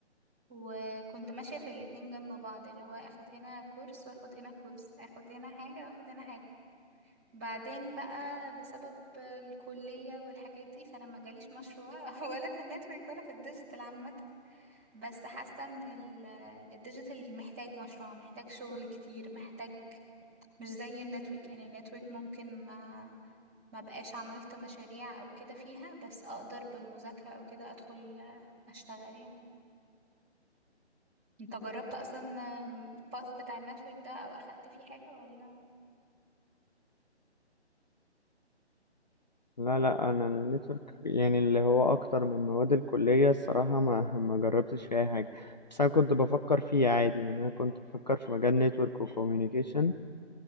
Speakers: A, on the right; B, on the left.
A: وكنت ماشيه في الاتنين جنب بعض اللي هو اخد هنا كورس واخد هنا كورس اخد هنا حاجه واخد هنا حاجه بعدين بقى بسبب الكليه والحاجات دي فانا ما جاليش مشروع <laughs> ولا في النتورك ولا في الديجيتال عامه بس حاسة ان ال- الديجيتال محتاج مشروع محتاج شغل كتير محتاج مش زي النتورك يعني النتورك ممكن ما ما بقاش عملت مشاريع او كده فيها بس اقدر بالمذاكرة او كده ادخل اشتغل يعني انت جربت اصلا الباث بتاع النتورك ده او اخدت فيه حاجة ولا
B: لا لا انا النتورك يعني اللي هو اكتر من مواد الكليه الصراحه ما <laughs> ما جربتش في اي حاجه بس انا كنت بفكر فيه عادي يعني انا كنت بفكر في مجال نتورك وكوميونيكيشن